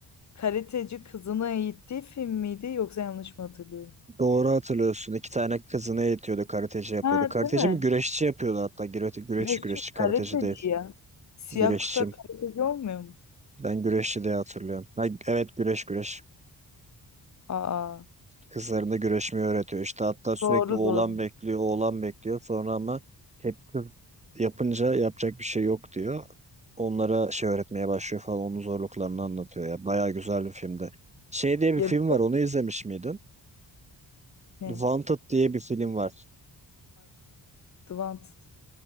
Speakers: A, on the left; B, on the right.
A: karateci kızını eğittiği film miydi yoksa yanlış mı hatırlıyorum?
B: Doğru hatırlıyorsun. İki tane kızını eğitiyordu. Karateci yapıyordu.
A: Ha
B: Karateci
A: değil mi?
B: mi? Güreşçi yapıyordu hatta. Güre- Güreşçi
A: Güreşçi
B: güreşçi.
A: mi?
B: Karateci
A: karateci
B: değil.
A: ya. Siyah
B: Güreşçi.
A: kuşak karateci olmuyor mu?
B: Ben güreşçi diye hatırlıyorum. Ha, evet güreş güreş.
A: Aa
B: Kızlarına güreşmeyi öğretiyor. İşte hatta sürekli
A: doğru
B: oğlan
A: doğru.
B: bekliyor, oğlan bekliyor. Sonra ama hep kız yapınca yapacak bir şey yok diyor. Onlara şey öğretmeye başlıyor falan. Onun zorluklarını anlatıyor ya. Bayağı güzel bir filmdi. Şey diye bir
A: Ya,
B: film var. Onu izlemiş miydin?
A: ne?
B: Wanted diye bir film var.
A: Advanced.